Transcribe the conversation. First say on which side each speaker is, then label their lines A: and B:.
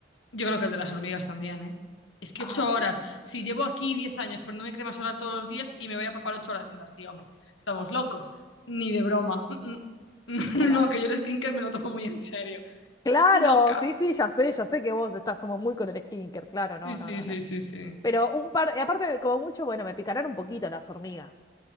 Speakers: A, on the left; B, on the left.
A: Yo creo que el de las hormigas también, ¿eh? Es que
B: Ay,
A: ocho horas. Si llevo aquí diez años poniéndome crema solar todos los días y me voy a papar ocho horas. Anda, sí, hombre. Estamos locos. Ni de broma. Mm, mm. <laughs>
B: Claro.
A: No, no, no, que yo el skincare me lo tomo muy en serio.
B: claro,
A: Ni loca.
B: sí, sí, ya sé, ya sé que vos estás como muy con el skinker, claro,
A: Sí,
B: no,
A: sí,
B: no, no,
A: sí,
B: no.
A: sí, sí.
B: Pero un par, y aparte, de como mucho, bueno, me picarán un poquito las hormigas,